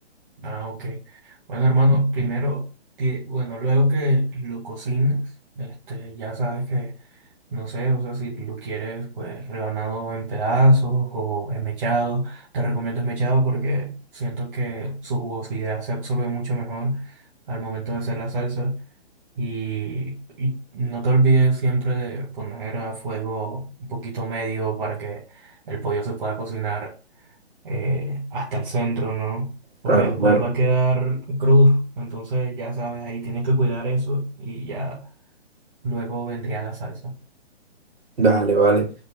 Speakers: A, on the right; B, on the right.
A: Ah, ok. Bueno, hermano, primero, ti- bueno, luego que lo cocines, este, ya sabes que No sé, o sea, si lo quieres, pues rebanado en pedazos o esmechado. Te recomiendo esmechado porque siento que su jugosidad se absorbe mucho mejor al momento de hacer la salsa. Y, y no te olvides siempre de poner a fuego un poquito medio para que el pollo se pueda cocinar eh, hasta el centro, ¿no? Porque
B: Claro,
A: después
B: claro.
A: va a quedar crudo. Entonces, ya sabes, ahí tienes que cuidar eso y ya luego vendría la salsa.
B: Dale, vale.